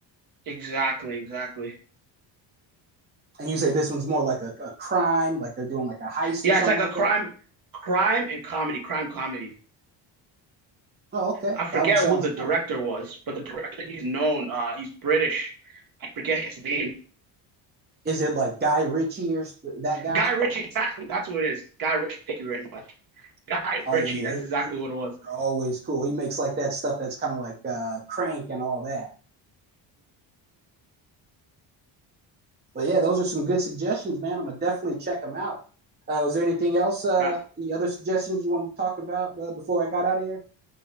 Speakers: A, on the right (about 45°); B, on the right (about 20°).
A: Exactly, exactly.
B: And you say this one's more like a, a crime, like they're doing like a heist
A: Yeah,
B: or something
A: it's like
B: like
A: a crime
B: that.
A: crime and comedy, crime comedy.
B: Oh, okay,
A: I forget
B: that one sounds
A: who the
B: cool.
A: director was, but the director he's known. Uh, he's British. I forget his name.
B: Is it like Guy Ritchie or that guy?
A: Guy Ritchie. Exactly. That's what it is. Guy Ritchie. Thank you very much. Guy
B: Oh
A: Ritchie.
B: yeah, yeah,
A: That's
B: he-
A: exactly
B: he-
A: what it was.
B: they're always cool. He makes like that stuff that's kind of like uh, Crank and all that. But yeah, those are some good suggestions, man. I'm gonna definitely check them out. Uh, was there anything else? Uh,
A: Uh,
B: the other suggestions you wanted to talk about uh, before I got out of here?